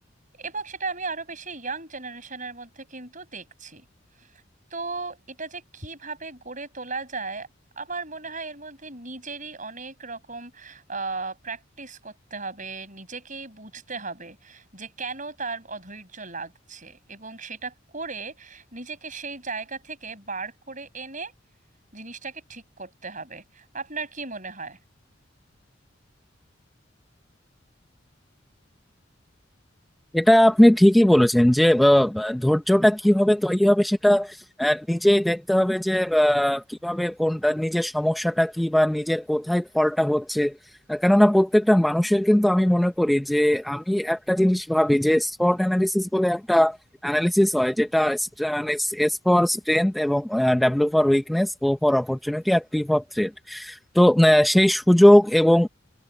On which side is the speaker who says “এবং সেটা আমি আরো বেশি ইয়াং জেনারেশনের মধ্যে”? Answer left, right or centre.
Right